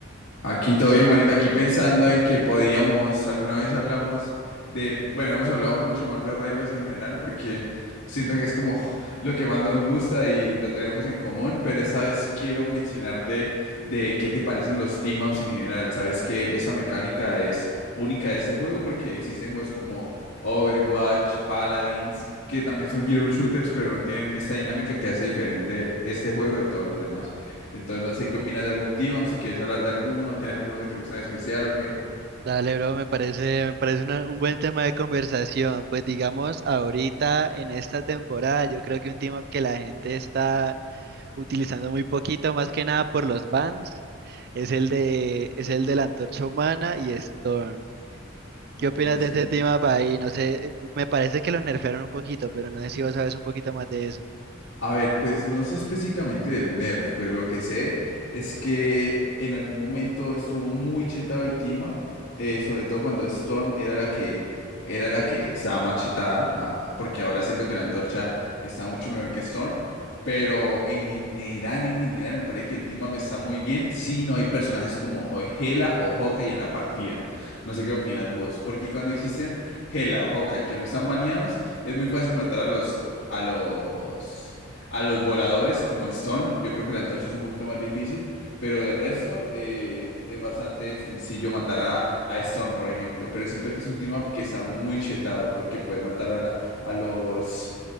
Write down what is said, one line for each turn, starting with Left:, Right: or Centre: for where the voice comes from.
Left: Aquí todo bien, manito. Aquí pensando en que podíamos, alguna vez hablamos de, bueno, hemos hablado mucho de Marvel Rivals en general porque siento que es como <laughs> lo que más nos gusta y lo tenemos en común, pero esta vez quiero mencionarte de qué te parecen los team-ups en general. Sabes que esa mecánica es única de este juego porque existen juegos como Overwatch, Paladins, que también son hero shooters, pero no tienen esta dinámica que hace diferente este juego de todos los demás. Entonces, no sé qué opinas de algún team up, si quieres hablar de alguno, tenés alguno que te gusta en especial o qué.
Right: Dale, bro, me parece, me parece una- un buen tema de conversación. Pues digamos, ahorita en esta temporada, yo creo que un tema que la gente está utilizando muy poquito, más que nada por los bans, es el de, es el de la Antorcha Humana y Storm.
Left: Oh,
Right: ¿Qué opinas
Left: es
Right: de
Left: cierto.
Right: este tema, ahí? No sé, eh, me parece que lo nerfearon un poquito, pero no sé si vos sabes un poquito más de eso.
Left: A ver, pues no sé específicamente del nerf, pero lo que sé es que en algún momento estuvo muy chetado el team up, eh, sobre todo cuando Storm era la que era la que estaba más chetada, ah, ah, porque ahora siento que la antorcha está mucho mejor que Storm, pero en general, en general me parece que el team up está muy bien si no hay personajes como o Hela o Hawkeye en la partida. No sé qué opinas vos, porque cuando existen Hela o Hawkeye que no están baneados, es muy fácil matar a los a los a los voladores como Storm, yo creo que la antorcha es un poquito más difícil, pero de resto eh, es bastante sencillo matar a, a Storm, por ejemplo. Pero siento que es un team up que está muy chetado, porque puedes matar a, la- a los,